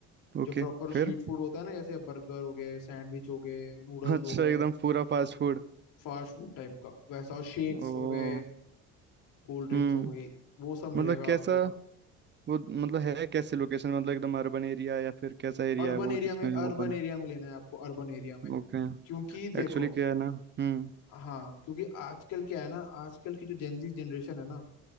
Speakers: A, on the right; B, on the left.
A: ओके
B: जो प्रॉपर स्ट्रीट
A: फिर
B: फूड होता है ना जैसे बर्गर हो गए सैंडविच हो गए नूडल्स
A: अच्छा
B: हो गए
A: एकदम पूरा फास्ट फूड
B: फास्ट फूड टाइप का वैसा और शेक्स
A: ओ
B: हो गए कोल्ड ड्रिंक्स
A: हम्म
B: हो गई वो सब
A: मतलब
B: मिलेगा
A: कैसा
B: आपको
A: वो मतलब है कैसे लोकेशन मतलब एकदम अर्बन एरिया या फिर कैसा एरिया
B: अर्बन
A: है वो
B: एरिया
A: जिसमें
B: में अर्बन
A: वो बना
B: एरिया में लेना है आपको अर्बन एरिया में
A: ओके
B: क्योंकि
A: एक्चुअली
B: देखो
A: क्या है ना हम्म
B: हाँ क्योंकि आजकल क्या है ना आजकल की जो जेनजी जनरेशन है ना